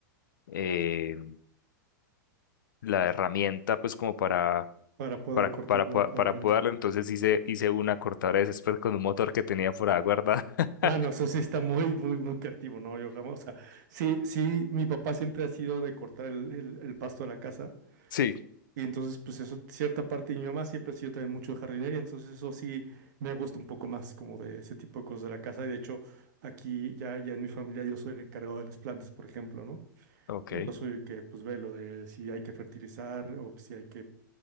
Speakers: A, on the left; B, on the right.
A: eh, la herramienta pues como para,
B: para poder
A: para,
B: cortarlo
A: para, po-
B: adecuadamente.
A: para podarlo. Entonces hice, hice una cortadora de césped con un motor que tenía por ahí guardada. <laughs>
B: Ah, no, eso sí está muy, muy, muy creativo, ¿no? Yo jamás, o sea, sí, sí, mi papá siempre ha sido de cortar el, el- el pasto de la casa,
A: Sí,
B: Y entonces, pues eso, cierta parte, y mi mamá siempre ha sido también mucho de jardinería, entonces eso sí me gusta un poco más como de ese tipo de cosas de la casa. Y de hecho, aquí ya, ya en mi familia yo soy el encargado de las plantas, por ejemplo, ¿no?
A: ok.
B: Yo soy el que pues ve lo de si hay que fertilizar o si hay que